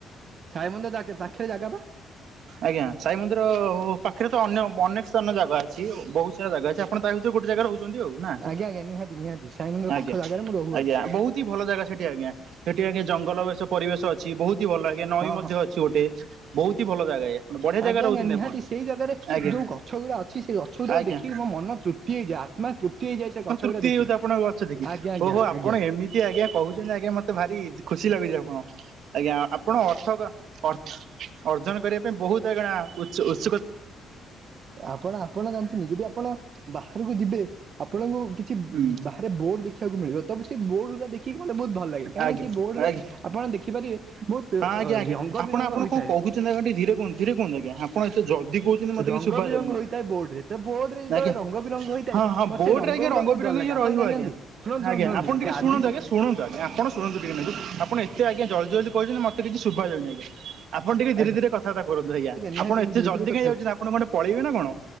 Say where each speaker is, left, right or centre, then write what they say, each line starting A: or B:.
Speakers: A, on the right; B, on the right.
A: ସାଇ ମନ୍ଦିର ପାଖରେ ଜାଗା ବା
B: ଆଜ୍ଞା ସାଇ ମନ୍ଦିର ହୋ ପାଖରେ ତ ଅନ୍ୟ ଅନେକ ସ୍ଥାନର ଜାଗା ଅଛି ବହୁସାରା ଜାଗା ଅଛି ଆପଣ ତା ଭିତରେ ଗୋଟେ ଜାଗା ରହୁ ଛନ୍ତି ଆଉ ନା।
A: ଆଜ୍ଞା ଆଜ୍ଞା ନିହାତି ନିହାତି ସାଇ ମନ୍ଦିର
B: ଆଜ୍ଞା
A: ପାଖ ଜାଗାରେ ମୁଁ ରହୁଅଛି
B: ଆଜ୍ଞା ବହୁତି ଭଲ ଜାଗା ସେଠି ଆଜ୍ଞା ସେଠି ଆଜ୍ଞା ଜଙ୍ଗଲବେଷ ପରିବେଶ ଅଛି ବହୁତି ଭଲ ଲାଗେ ନଈ
A: ହଁ
B: ମଧ୍ୟ
A: ହଁ
B: ଅଛି ଗୋଟେ ବହୁତି ଭଲ ଜାଗା ଆଜ୍ଞା। ବଢିଆ
A: ଆଜ୍ଞା
B: ଜାଗାରେ
A: ଆଜ୍ଞା
B: ରହୁଛନ୍ତି
A: ନିହାତି
B: ଆପଣ।
A: ସେଇ ଜାଗାରେ
B: ଆଜ୍ଞା
A: ଯଉ ଗଛ ଗୁରା ଅଛି ସେ ଗଛଗୁରିକକୁ
B: ଆଜ୍ଞା
A: ଦେଖି ମୋ ମନ ତୃପ୍ତି ହେଇଯାଏ ଆତ୍ମା ତୃପ୍ତି ହେଇଯାଏ ସେ ଗଛ ଗୁରା
B: ତିଉତି
A: ଦେଖିକି।
B: ଆପଣଙ୍କ ଗଛ ଦେଖିଛି
A: ଆଜ୍ଞା ଆଜ୍ଞା
B: ଓହୋ ଆପଣ
A: ଆଜ୍ଞା
B: ଏମିତି ଆଜ୍ଞା କହୁଛନ୍ତି ଆଜ୍ଞା ମତେ ଭାରି ଖୁସି ଲାଗୁଛି ଆପଣ। ଆଜ୍ଞା ଆପଣ ଅର୍ଥକ ଅ ଅର୍ଜନ କରିବା ପାଇଁ ବହୁତୁ ଏହିକିନ ଉଛୁକ ଉ
A: ଆପଣ ଆପଣ ଜାଣିଛନ୍ତି ଯଦି ଆପଣ ବାହା ଯିବେ ଆପଣଙ୍କୁ କିଛି
B: ହୁଁ।
A: ବାହାରେ ବୋର୍ଡ ଦେଖିବାକୁ ମିଳିବ ତମ ସେ ବୋର୍ଡ ରୁ ଦେଖ କିକି ମତେ ବହୁତ ଭଲ ଲାଗେ କାହିଁକିନା
B: ଆଜ୍ଞା
A: ସେ ବୋର୍ଡରେ
B: ଆଜ୍ଞା ହଁ
A: ଆପଣ ଦେଖିପାରିବେ ବହୁତୁ
B: ଆଜ୍ଞା ଆଜ୍ଞା
A: ରଙ୍ଗ
B: ଆପଣ
A: ବିରଙ୍ଗ
B: ଆପଣ
A: ହୋଇଥାଏ।
B: କଣ କହୁଛନ୍ତି ଆଜ୍ଞା ଟିକେ ଧୀରେ କୁହନ୍ତୁ ଧୀରେ କୁହନ୍ତୁ ଆଜ୍ଞା ଆପଣ ଏତେ ଜଲ୍ଦି କହୁଛନ୍ତି ମତେ
A: ରଙ୍ଗ
B: କିଛି ଶୁଭା
A: ବିରଙ୍ଗ
B: ଯାଉନି
A: ହେଇଥାଏ ବୋର୍ଡରେ। ତ ବୋର୍ଡ ରେ ଯେତେବେଳେ
B: ଆଜ୍ଞା
A: ରଙ୍ଗ ବିରଙ୍ଗ ହେଇଥାଏ
B: ହଁ ହଁ
A: ମତେ
B: ବୋର୍ଡରେ
A: ସେ ରଙ୍ଗ
B: ଆଜ୍ଞା
A: ଗୁରା ବହୁ
B: ବିରଙ୍ଗ
A: ଭଲ ଲାଗେ
B: ଇଏ
A: ଆପଣ
B: ରହିବ
A: ଜାଣିନ୍ତି
B: ଆଜ୍ଞା।
A: ଶୁଣନ୍ତୁ ଶୁଣନ୍ତୁ
B: ଆଜ୍ଞା
A: ଶୁଣନ୍ତୁ
B: ଆପଣ ଟିକେ
A: ଗନ୍ଧିଜି
B: ଶୁଣନ୍ତୁ ଆଜ୍ଞା ଶୁଣନ୍ତୁ ଆଜ୍ଞା ଆପଣ ଶୁଣନ୍ତୁ ଟିକେ ନାକୁ ଆପଣ ଏତେ ଆଜ୍ଞା ଜଲଦି ଜଲଦି କହିଛନ୍ତି ମତେ କିଛି ଶୁଭା ଯାଉନି ଆଜ୍ଞା। ଆପଣ ଟିକେ ଧୀରେ
A: ଆଜ୍ଞା
B: ଧୀରେ କଥାବାର୍ତା କରନ୍ତୁ ଆଜ୍ଞା।
A: ନିହାତି
B: ଆପଣ
A: ମୁଁ
B: ଏତେ
A: ଧୀରେ
B: ଜଲ୍ଦି
A: ଧୀରେ କଥା
B: କାହିଁ
A: ହେବି
B: ଯାଉଛନ୍ତି ଆପଣ ଗୋଟେ ପଳେଇବେ ନା କଣ?